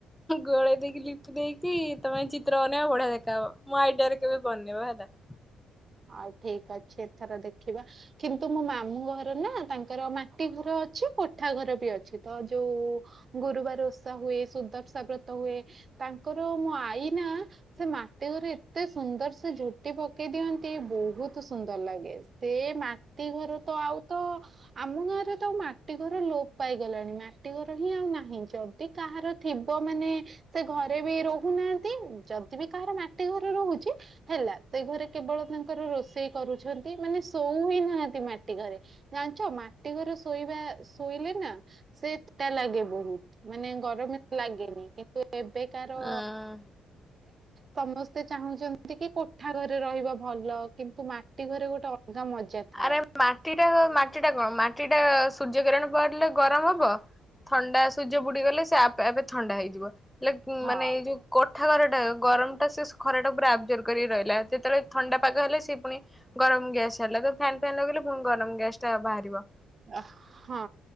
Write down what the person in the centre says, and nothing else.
ଗୋଳେଇ ଦେଇକି ଦେଇକି ତମେ ଚିତ୍ର ବନେଇବ ବଢିଆ ଦେଖା ହବ ମୋ ଆଇଡିଆରେ କେବେ ବନେଇବ ହେଲା।
ଅଁ
ଆରେ ମାଟିଟା ମାଟି ଟା କଣ ମାଟି ଟା ସୂର୍ଯ୍ୟ କିିରଣ ପଡିଲେ ଗରମ ହବ। ଥଣ୍ଡା ସୂର୍ଯ୍ୟ ବୁଡିଗଲେ ସେ ଆପେ ଆପେ ଥଣ୍ଡା ହେଇଯିବ ହେଲେ
ମାନେ ଏଇ ଯୋଉ କୋଠା ଘରଟା ଗରମଟା ସେ ଖରାଟା ପୁରା ଆବଜର୍ଭ କରିକି ରହିଲା ଯେତେବେଳେ ଥଣ୍ଡା ପାଗ ହେଲେ ସେ ପୁଣି ଗରମ ଗ୍ୟାସ ହେଲା ତ ଫ୍ୟାନ୍ ଫ୍ୟାନ୍ ଲଗେଇଲେ ପୁଣି ଗରମ ଗ୍ୟାସ୍ ଟା ବାହାରିବ।